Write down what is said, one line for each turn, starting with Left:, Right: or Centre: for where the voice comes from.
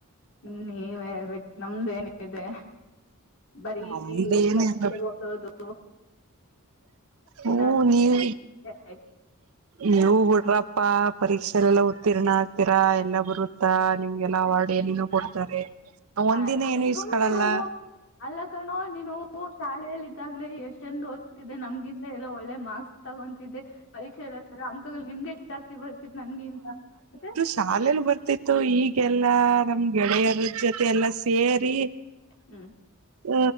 Left: ಹ್ಮ ನೀವೇ ಹೇಳಬೇಕ್ ನಮ್ದೇನಿದೆ ಬರೀ
Right: ನಮ್ದ ಏನಿಲ್ಲ
Left: ಪರೀಕ್ಷೆಗ್ ಓದೋದು ತಿನ್ನೋದು
Right: ಹ್ಮ ನೀವ್
Left: ಆಯ್ತು
Right: ನೀವು ಬಿಡ್ರಪ್ಪಾ ಪರೀಕ್ಷೆ ಎಲ್ಲ ಉತ್ತೀರ್ಣ ಆಗ್ತೀರಾ ಎಲ್ಲ ಬರು ಮತ್ತಾ ನಿಮ್ಗೆಲ್ಲ ಅವಾರ್ಡ್ ಏನೇನೋ ಕೊಡ್ತಾರೆ. ಒಂದಿನ
Left: ಆಯ್ತ
Right: ಏನು
Left: ಸುಮ್ಮನಿರುಲೊ
Right: ಇಸ್ಕಳಲ್ಲ
Left: ಅಲ್ಲಕ್ಕಣೊ ನೀನು ಶಾಲೆಯಲ್ಲಿ. ದಾಗಲೇ ಎಷ್ಟ ಚಂದ್ ಓದತಿದೆ ನಮ್ಗಿಂತ ಎಲ್ಲೋ ಒಳ್ಳೆ ಮಾರ್ಕ್ಸ್ ತಗೊಂತಿದೆ. ಪರೀಕ್ಷೆಲ್ಲೆಲ್ಲ ಅಂಕಗಳ ನಿಮ್ಗೆ ಜಾಸ್ತಿ ಬರ್ತಿತ್ತು ನನ್ಗಿಂತ ಮತ್ತೆ
Right: ಶಾಲೇಲ ಬರ್ತಿತ್ತು ಈಗೆಲ್ಲಾ ನಮ್ ಗೆಳೆಯರ ಜೊತೆ ಎಲ್ಲಾ ಸೇರಿ
Left: ಹ್ಮ್
Right: ಹ